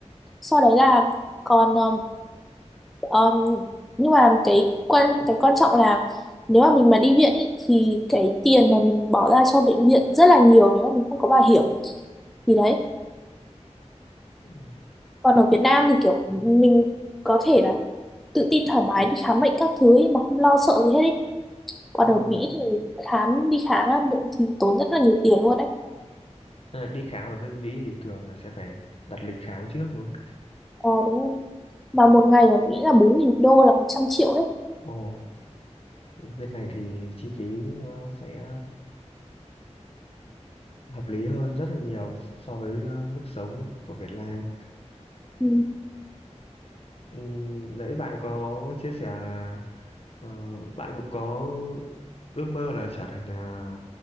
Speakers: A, in the centre; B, on the left (about 55°).
A: sau đấy là còn ờm, ờm, nhưng mà cái quan cái quan trọng là nếu mà mình mà đi viện ý, thì cái tiền mà mình bỏ ra cho bệnh viện rất là nhiều nếu mà mình không có bảo hiểm thì đấy
B: Ừ.
A: còn ở Việt Nam thì kiểu mình có thể là tự tin thoải mái đi khám bệnh các thứ ấy mà không lo sợ gì hết ấy còn
B: Ừm.
A: ở Mỹ thì khám đi khám á, bệnh thì tốn rất là nhiều tiền luôn đấy
B: À, đi khám ở bên Mỹ thì thường là sẽ phải đặt lịch khám trước đúng không?
A: ờ đúng rồi. mà một ngày ở Mỹ là bốn nghìn đô là một trăm triệu đấy
B: Ồ, bên này thì chi phí nó sẽ hợp lý hơn rất là nhiều so với ờ, mức sống của Việt Nam.
A: ừ.
B: Ừ, Nãy bạn có chia sẻ là ờ, bạn cũng có ước mơ là trở thành à,